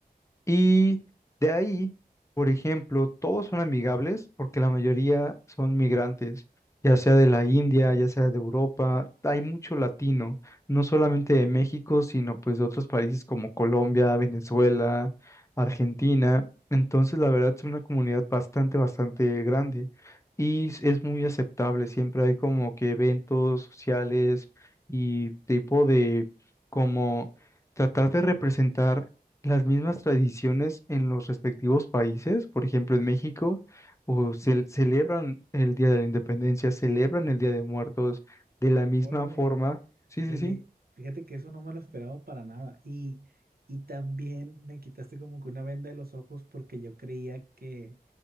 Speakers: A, on the left; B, on the right.
A: Y de ahí, por ejemplo, todos son amigables porque la mayoría son migrantes, ya sea de la India, ya sea de Europa, hay mucho latino, no solamente de México, sino pues de otros países como Colombia, Venezuela, Argentina. Entonces, la verdad es una comunidad bastante, bastante grande y es es muy aceptable. Siempre hay como que eventos sociales y tipo de como tratar de representar las mismas tradiciones en los respectivos países. Por ejemplo, en México, o ce- celebran el Día de la Independencia, celebran el Día de Muertos de la misma
B: Órale,
A: forma. Sí, sí,
B: oye,
A: sí.
B: fíjate que eso no me lo esperaba para nada. Y, y también me quitaste como que una venda de los ojos porque yo creía que